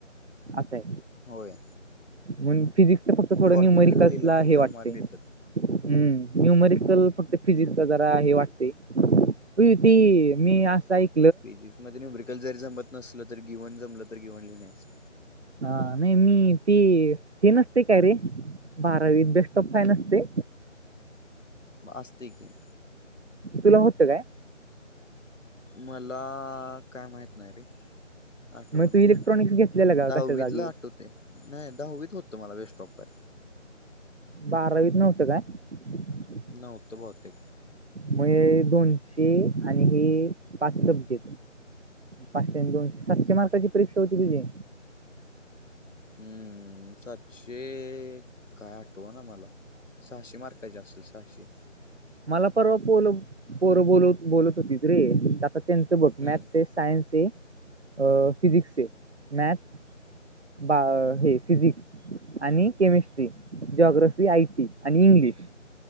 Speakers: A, on the right; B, on the left.
A: असय.
B: होय
A: मंग फिजिक्सच फक्त थोड
B: फॉर्म्युला
A: नूमरिकसला
B: जरी लिहिला तरी
A: हे
B: त्याचा
A: वाटतय.
B: मार्क
A: हम्म,
B: देतात
A: न्युमरिकल फक्त फिजिक्सला जरा हे वाटतय. हो ती मी असा एक
B: पीजिक्स मध्ये न्यूमरीकल जरी जमत नसलं, तर गेवन जमलं तर गेवन लिहून यायचं.
A: हा नही मी ते, हे नसते काय रे बारावीत बेस्ट ऑफ फाय नसते?
B: असतय की.
A: तुला होतं काय?
B: मलाआ काय माहित नाही रे. आठव
A: मग
B: ना
A: तू इलेक्ट्रॉनिक्स
B: मला,
A: घेतलेलं का
B: दहावीतला
A: कशा जागी
B: आठवतय, नही दहावीत होत मला बेस्ट ऑफ फाय.
A: बारावीत नव्हतं काय? <inaudible>
B: नवत बहुतेक.
A: म हे दोनशे आणि हे पाच चमचे. पाचशे नं दोनशे, सातशे मार्काची परीक्षा होती तुझी.
B: हम्म, सातशे काय आठवा ना मला. सहाशे मार्काची असल, सहाशे.
A: मला परवा पोल-पोरं बोलत-बोलत होती रे. त्यांच बघ मॅथस
B: हम्म
A: ये, सायन्स ये अ फिजिक्स ये, मॅथ्स बा अ हे फिजिक्स. आणि केमिस्ट्री, जॉग्रफी, आयटी आणि इंग्लिश.